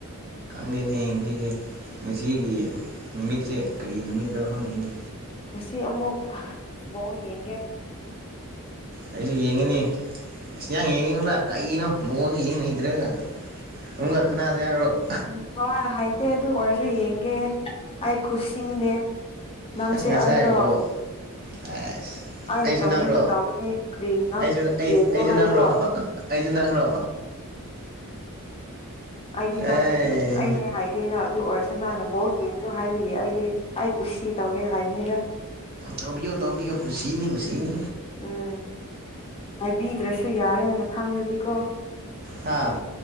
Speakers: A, on the right; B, on the left.
A: ꯈꯪꯗꯦꯅꯦ ꯍꯌꯦꯡꯁꯤꯁꯦ ꯉꯁꯤꯒꯤ ꯅꯨꯃꯤꯠꯁꯦ ꯀꯔꯤ ꯅꯨꯃꯤꯠꯅꯣ ꯈꯪꯗꯦꯅꯤ
B: ꯉꯁꯤ ꯑꯃꯨꯛ ꯕꯣꯜ ꯌꯦꯡꯒꯦ
A: ꯑꯩꯁꯨ ꯌꯦꯡꯉꯅꯤ ꯑꯁ ꯅꯪ ꯌꯦꯡꯉꯤꯉꯨꯗ ꯀꯅꯣ ꯕꯣꯔꯁꯨ ꯌꯦꯡ ꯍꯩꯗ꯭ꯔꯒ ꯅꯨꯡꯒ ꯈꯟꯅꯥꯁꯦ ꯍꯥꯏꯕꯔꯣ
B: ꯎꯝ ꯍꯣꯏ ꯍꯥꯏꯇꯦ ꯑꯗꯨ ꯑꯣꯏꯔꯁꯨ ꯌꯦꯡꯒꯦ ꯑꯩ ꯈꯨꯁꯤꯅꯦ ꯅꯪꯁꯦ
A: ꯑꯁ ꯉꯁꯥꯏ
B: ꯑꯩꯔꯣ
A: ꯕꯣꯜ ꯑꯁ
B: ꯑꯩꯅ
A: ꯑꯩꯁꯨ
B: ꯇꯧꯅꯤꯡꯕ
A: ꯅꯪꯔꯣ
B: ꯇꯧꯒꯅꯤ ꯀꯔꯤ ꯅꯪ
A: ꯑꯩꯁꯨ ꯑꯩ
B: ꯌꯦꯡꯅꯨ
A: ꯑꯩꯁꯨ
B: ꯍꯥꯏꯕ꯭ꯔꯣ
A: ꯅꯪꯔꯣ ꯑꯩꯁꯨ ꯅꯪ꯭ꯔꯣ
B: ꯑꯩꯗꯤ ꯅꯪ
A: ꯑꯦ
B: ꯑꯩꯅꯦ ꯍꯥꯏꯗꯦꯅ ꯑꯗꯨ ꯑꯣꯏꯔꯁꯨ ꯅꯪꯅ ꯕꫭꯜ ꯌꯦꯡꯅꯨ ꯍꯥꯏꯕꯤꯒꯤ ꯑꯩꯗꯤ ꯑꯩ ꯀꯨꯁꯤ ꯇꯧꯒꯦꯗ ꯍꯥꯏꯕꯅꯤꯗ
A: ꯇꫭꯕꯤꯌꯣ ꯇꫭꯕꯤꯌꯨ ꯀꯨꯁꯤꯅꯤ ꯀꯨꯁꯤꯅꯤ
B: ꯎꯝ ꯍꯥꯏꯕꯤꯗ꯭ꯔꯁꯨ ꯌꯥꯔꯦ ꯃꯊꯪꯗꯗꯤꯀꯣ
A: ꯍꯥꯥ